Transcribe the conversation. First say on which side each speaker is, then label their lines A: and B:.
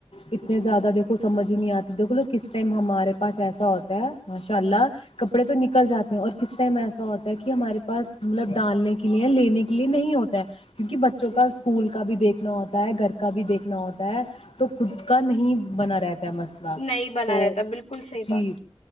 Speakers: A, on the left; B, on the left.
A: اتنے زیادہ دیکھو سمجھ ہی نہیں آتی دیکھو کس ٹائم ہمارے پاس ایسا ہوتا ہے ماشاء اللہ کپڑے تو نکل جاتے ہیں اور کس ٹائم ایسا ہوتا ہے کہ ہمارے پاس مطلب ڈالنے کے لیے لینے کے لیے نہیں ہوتا ہے کیونکہ بچوں کا اسکول کا بھی دیکھنا ہوتا ہے گھر کا بھی دیکھ ہوتا ہے تو خود کا نہیں بنا رہتا ہے مسئلہ
B: نہیں بنا
A: تو
B: رہتا بالکل صحیح
A: جی
B: بات